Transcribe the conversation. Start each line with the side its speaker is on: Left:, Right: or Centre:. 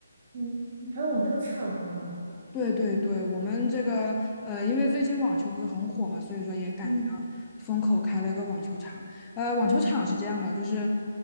Right: 嗯，还有网球场啊。
Left: 对对对，我们这个呃，因为最近网球不是很火嘛，所以说也赶着
Right: 嗯，
Left: 风口开了一个网球场。呃，网球场是这样的，就是